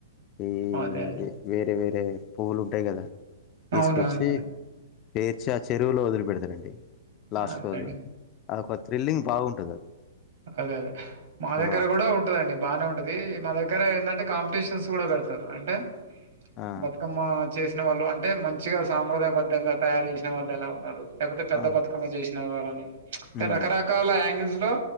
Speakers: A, on the left; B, on the right.
A: ఈ
B: అదే.
A: వేరే వేరే పువ్వులు ఉంటాయి కదా తీసుకొచ్చి
B: అవునవును.
A: పేర్చి ఆ చెరువులో వదిలి పెడతారండి లాస్ట్
B: అదే
A: రోజు
B: అండి.
A: అది ఒక థ్రిల్లింగ్ బాగుంటది అది
B: అదే అదే మా దగ్గర
A: ఆ
B: కూడా ఉంటాదండి బాగానే ఉంటాది మా దగ్గర ఎందంటే కాంపిటీషన్స్ కూడా పెడతారు అంటే
A: ఆ
B: బత్ బతుకమ్మ చేసిన వాళ్ళు అంటే మంచిగా సాంప్రదాయ బద్దంగా తయారు చేసిన వాళ్ళు ఎలా ఉన్నారు లేకపోతే పెద్ద
A: ఆ
B: బ తుకమ్మ చేసిన వారని చ్ అంటే
A: ఉమ్
B: రకరకాల యాంగిల్స్లో